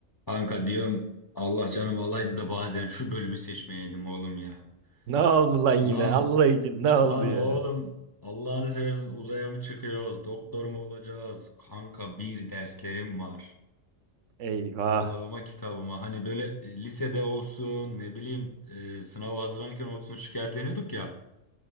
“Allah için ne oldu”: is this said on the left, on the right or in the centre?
Right